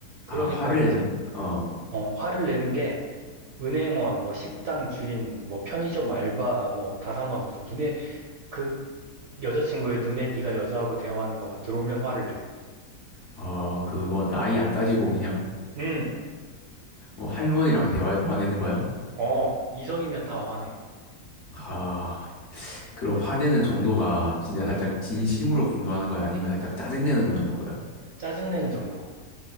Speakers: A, on the right; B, on the left.
A: 그러니까
B: 아, 화를
A: 이제,
B: 낸, 어,
A: 어, 화를 내는 게 은행원, 뭐 식당 주인, 뭐 편의점 알바, 뭐 다 상관없어. 눈에 그 여자친구의 눈에 네가 여자하고 대화하는 것만 들어오면 화를 내.
B: 어, 그 뭐 나이 안 따지고 그냥,
A: 응,
B: 뭐 할머니랑 대화해도 화내는 거야?
A: 어, 이성이면 다 화내.
B: 아, 그럼 화내는 정도가 진짜 살짝 진심으로 분노하는 거야? 아니면 살짝 짜증내는 그런 정도야?
A: 짜증내는 정도.